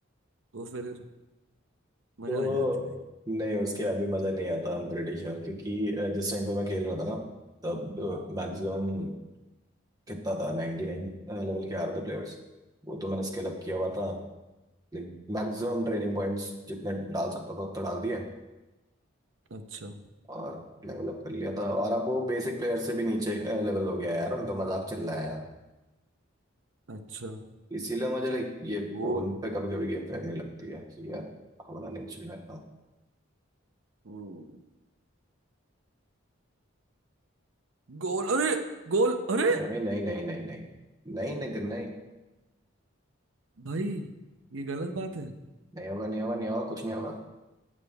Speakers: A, on the right (about 75°); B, on the right (about 20°).
A: तो फिर मजा
B: तो
A: आ जाती है
B: नहीं उसके बाद भी मज़ा नहीं आता हम ब्रिटिश श्योर क्योंकि अ, जिस टाइम पे मैं खेल रहा था ना तब मैक्सिमम
A: हम्म,
B: कितना था 99 नाइन लेवल के आ रहे थे प्लेयर्स वो तो मैंने स्केल अप किया हुआ था लाइक मैक्सिमम
A: हम्म,
B: ट्रेनिंग पॉइंट्स जितने डाल सकता था उतना डाल दिए
A: अच्छा
B: और लेवल अप कर लिया था और अब वो बेसिक प्लेयर से भी नीचे लेवल हो गया है यार उनका मजाक चल रहा है यार
A: अच्छा
B: इसीलिए मुझे लाइक ये
A: वो
B: फोन पे कभी कभी गेम खेलने लगती है कि यार होना नहीं चाहिए लगता
A: हम्म, गोल अरे गोल अरे
B: नहीं नहीं नहीं नहीं नहीं नहीं नहीं नहीं नहीं
A: भाई ये गलत बात है
B: नहीं होगा नहीं होगा नहीं होगा कुछ नहीं होगा